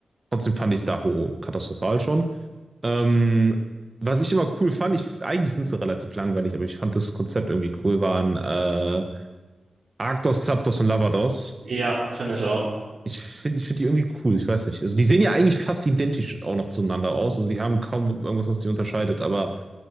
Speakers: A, on the right; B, on the right.
A: Trotzdem fand ich Daho katastrophal schon. Ähm, was ich immer cool fand, ich, eigentlich sind sie relativ langweilig, aber ich fand das Konzept irgendwie cool, waren äh, Arctos, Zapdos und Lavados.
B: Ja, finde ich auch.
A: Ich finde ich find die irgendwie cool, ich weiß nicht. Also die sehen ja eigentlich fast identisch auch noch zueinander aus. Also die haben kaum irgendwas, was die unterscheidet, aber